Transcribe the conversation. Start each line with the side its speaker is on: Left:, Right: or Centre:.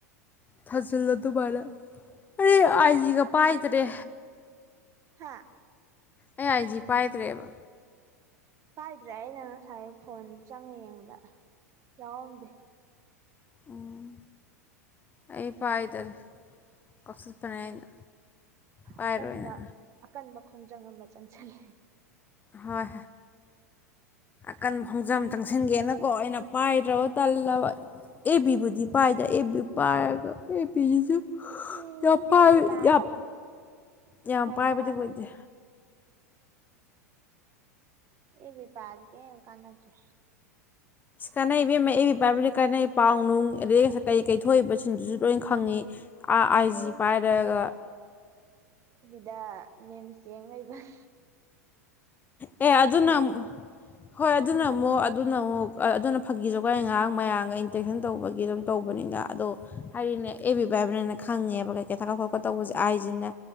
Left: ꯊꯥꯖꯤꯜꯂ ꯑꯗꯨꯃꯥꯏꯅ ꯑꯩ ꯑꯥꯏꯖꯤꯒ ꯄꯥꯏꯗ꯭ꯔꯦ
Right: ꯍꯥꯥ
Left: ꯑꯩ ꯑꯥꯏꯖꯤ ꯄꯥꯏꯗ꯭ꯔꯦꯕ
Right: ꯍꯥꯏꯥꯏꯗ꯭ꯔꯦ ꯑꯩꯅ ꯉꯁꯥꯏ ꯐꯣꯟ ꯆꯪꯉꯦ ꯌꯦꯡꯕꯗ ꯌꯥꯎꯔꯝꯗꯦ
Left: ꯎꯝ ꯑꯩ ꯄꯥꯏꯗꯔꯦ ꯀꯁ ꯐꯅꯥꯅ ꯄꯥꯏꯔꯣꯏꯅ
Right: ꯑꯀꯟꯕ ꯑꯀꯟꯕ ꯈꯣꯡꯖꯪ ꯑꯃ ꯆꯪꯁꯤꯜꯂꯤ
Left: ꯍꯣꯏ ꯀꯟ ꯈꯣꯡꯖꯝ ꯆꯪꯁꯤꯟꯒꯦꯅꯀꯣ ꯑꯩꯅ ꯄꯥꯏꯗ꯭ꯔꯕ ꯇꯜꯂꯕ ꯑꯦꯕꯤꯕꯨꯗꯤ ꯄꯥꯏꯗ ꯑꯦꯕꯤ ꯄꯥꯏꯔꯒ ꯑꯦꯕꯤꯁꯤꯁꯨ
Right: ꯏꯁ
Left: ꯌꯥꯝ ꯄꯥꯏ
Right: ꯑꯦ ꯕꯤ ꯄꯥꯔꯤꯁꯦ
Left: ꯌꯥꯝ ꯌꯥꯝ
Right: ꯀꯔꯤꯝ
Left: ꯄꯥꯏꯕꯗꯤ
Right: ꯀꯥꯟꯅꯗꯦ
Left: ꯑꯣꯏꯗꯦ
Right: ꯑꯦ ꯦꯄꯔ ꯀꯦ ꯀꯥꯟꯅꯠꯇ꯭ꯔꯦ
Left: ꯀꯥꯟꯅꯩꯕꯤ ꯑꯃ ꯏꯕꯤ ꯄꯥꯏꯕꯗꯤ ꯀꯥꯟꯅꯩ ꯄꯥꯎ ꯅꯨꯡ ꯑꯗꯗꯒꯤ ꯀꯩ ꯀꯩꯊꯣꯛꯏꯕ ꯊꯤꯟꯗꯨꯁꯨ ꯂꯣꯏ ꯈꯪꯉꯤ ꯑꯥꯏ ꯖꯤ
Right: ꯑꯦ
Left: ꯄꯥꯏꯔꯒ
Right: ꯗ ꯃꯤꯦꯝ ꯆꯦꯡ ꯂꯩꯕꯌꯥꯔ
Left: ꯑꯦ ꯑꯗꯨꯅ
Right: ꯇꯧꯔꯕ
Left: ꯑꯃꯨꯛ ꯍꯣꯏ ꯑꯗꯨꯅ ꯑꯃꯨꯛ ꯑꯗꯨꯅ ꯑꯃꯨꯛ ꯑꯗꯨꯅ ꯐꯥꯒꯤꯁꯨꯀꯥꯏ ꯉꯥꯏꯍꯥꯡ ꯃꯌꯥꯝꯒ ꯏꯟꯇꯦꯛꯁꯟ ꯇꯧꯕꯒꯤ ꯑꯗꯨꯝ ꯇꯧꯕꯅꯤ ꯑꯗꯣ ꯍꯥꯏꯔꯤꯅꯦ ꯑꯦ ꯕꯤꯕ ꯍꯥꯏꯕ꯭ꯔꯅ ꯈꯪꯉꯦꯕ ꯀꯩ ꯀꯩ ꯊꯥꯀꯠ ꯈꯣꯀꯠ ꯇꯧꯕꯁꯦ ꯑꯥꯏꯁꯤꯅ